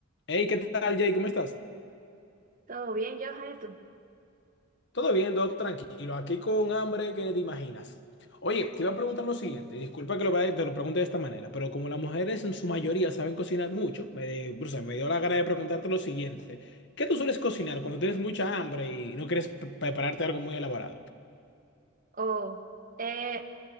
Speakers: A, on the left; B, on the right.
A: Hey, ¿qué tal, Jay? ¿Cómo estás?
B: Todo bien, Johan, ¿y tú?
A: Todo bien, todo tranquilo. Aquí con hambre que ni te imaginas. Oye, te iba a preguntar lo siguiente. y Disculpa que lo vaya- te lo pregunte de esta manera, pero como las mujeres en su mayoría saben cocinar mucho, me, o sea, me dio la gana de preguntarte lo siguiente. ¿Qué tú sueles cocinar cuando tienes mucha hambre y no quieres pre- prepararte algo muy elaborado?
B: Oh, eh,